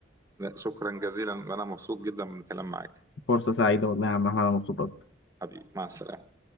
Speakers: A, on the right (about 15°); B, on the left (about 70°).
A: لا شكرا جزيلا انا مبسوط جدا من الكلام معاك
B: فرصة سعيدة والله يا عم احمد انا مبسوط اكتر
A: حبيبي مع السلامة